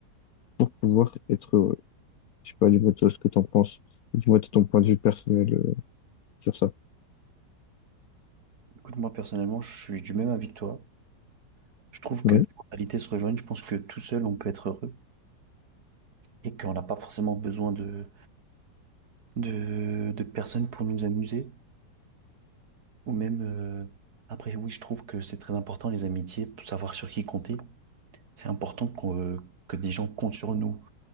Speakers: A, on the left (about 65°); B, on the right (about 60°).
A: pour pouvoir être heureux. Je sais pas, dis-moi toi ce que t'en penses. Dis-moi toi ton point de vue personnel euh, sur ça.
B: Écoute, moi, personnellement, je suis du même avis que toi. Je trouve
A: Ouais.
B: que nos mentalités se rejoignent. Je pense que tout seul, on peut être heureux et qu'on n'a pas forcément besoin de, de, de personnes pour nous amuser. Ou même, euh, après, oui, je trouve que c'est très important, les amitiés, pour savoir sur qui compter. C'est important qu'on- euh, que des gens comptent sur nous